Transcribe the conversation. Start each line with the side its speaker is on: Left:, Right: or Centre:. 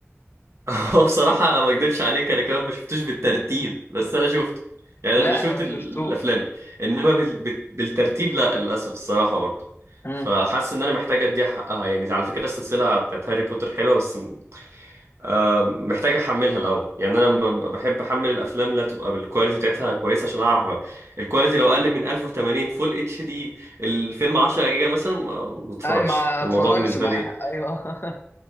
Right: <laughs> هو بصراحة ما اكدبش عليك انا كمان ما شفتوش بالترتيب بس انا شفته يعني
Left: لا
Right: انا شفت
Left: انا ما
Right: ال-
Left: شفتوش
Right: الافلام انما بال... بال- بالترتيب لا للاسف الصراحة برضه
Left: امم
Right: فحاسس ان انا محتاج اديها حقها يعني على فكرة السلسلة بتاعت هاري بوتر حلوة بس آه، محتاج احملها الاول يعني انا لما بحب احمل الافلام اللي تبقى بالكواليتي بتاعتها كويسه عشان اعرف الكواليتي لو اقل من 1080 فول اتش دي الفيلم 10 جيجا مثلا ما ما اتفرجش
Left: اي ما
Right: الموضوع
Left: اتفرجتش
Right: بالنسبه
Left: مع
Right: لي
Left: ايوه <laughs>